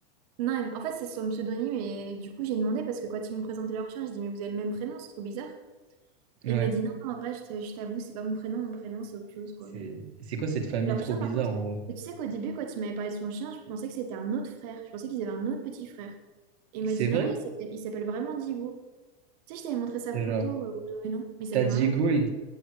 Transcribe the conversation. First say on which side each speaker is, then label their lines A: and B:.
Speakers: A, on the right (about 40°); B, on the right (about 80°).
A: Non, mais- en fait, c'est son pseudonyme, et du coup, j'ai demandé, parce que quand ils me présentaient leur chien, je dis, mais vous avez le même prénom, c'est trop bizarre.
B: Ouais.
A: Et il m'a dit, non, en vrai, je te- je t'avoue, c'est pas mon prénom, mon prénom, c'est autre chose, quoi,
B: C'est,
A: mais...
B: c'est quoi cette famille
A: Leur
B: trop
A: chien,
B: bizarre,
A: par contre,
B: en vrai?
A: et tu sais qu'au début, quand il m'avait parlé de son chien, je pensais que c'était un autre frère. Je pensais qu'ils avaient un autre petit frère. Et il m'a
B: C'est
A: dit
B: vrai?
A: non, non, il s'appelle il s'appelle vraiment Diego. Tu sais, je t'avais montré sa
B: Genre,
A: photo euh, au Nouvel An, mais il s'appelle
B: t'as Diego
A: vraiment Di-
B: et